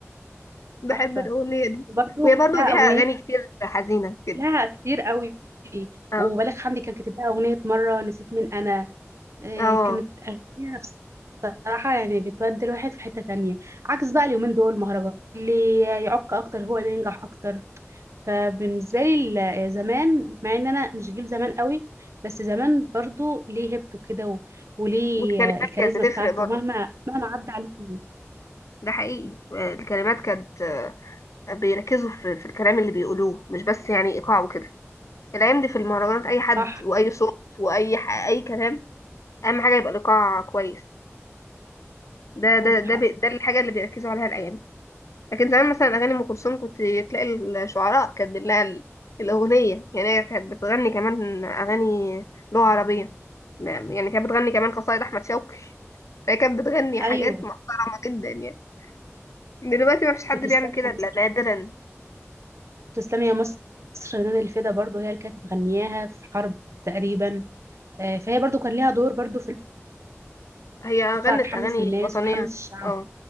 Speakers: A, on the left; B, on the right.
A: بحب
B: تحفه
A: الاغنية دي
B: وبرضو
A: وهي
B: كان
A: برضو
B: لها
A: ليها
B: اغنيه
A: اغاني كتير حزينة كده
B: لا كتير قوي
A: اه
B: وبالغ حمدي كان كاتب لها اغنيه مره نسيت مين انا آه،
A: اه
B: كانت اغنيه بصراحه يعني بتودي الواحد في حته تانية عكس بقى اليومين دول مهرجان اللي يعق اكتر هو اللي ينجح اكتر فبالنسبه لي ال- زمان مع ان انا مش جيل زمان قوي بس زمان برضو ليه هيبته كده و- وليه
A: والكلمات
B: آه، الكاريزما
A: كانت بتفرق
B: بتاعته
A: برضو
B: مهما مهما عدى عليه سنين.
A: ده حقيقي آه، الكلمات كانت آه، بيركزوا في في الكلام اللي بيقولوه مش بس يعني ايقاع وكده الايام دي في المهرجانات اي حد
B: صح
A: واي صوت واي ح... اي كلام اهم حاجه يبقى الايقاع كويس ده ده
B: عندك
A: ده
B: حق
A: بي... ده الحاجه اللي بيركزوا عليها الايام دي لكن زمان مثلا اغاني ام كلثوم كنت تلاقي الشعراء كاتبين لها ال- الاغنيه يعني هي كانت بتغني كمان اغاني لغه عربيه ما- يعني كانت بتغني كمان قصايد احمد شوقي <laughs> فهي كانت بتغني حاجات
B: ايوه
A: محترمه جدا يعني دلوقتي ما فيش حد
B: وتسلم
A: بيعمل كده
B: يا مصر
A: الا نادرا
B: تسلمي يا مصر رنان الفدا برضو هي اللي كانت مغنياها في حرب تقريبا آه، فهي برضو كان ليها دور برضو في
A: هي
B: إن
A: غنت
B: تطلع تحمس
A: اغاني
B: الناس
A: وطنيه
B: وتحمس الشعب
A: اه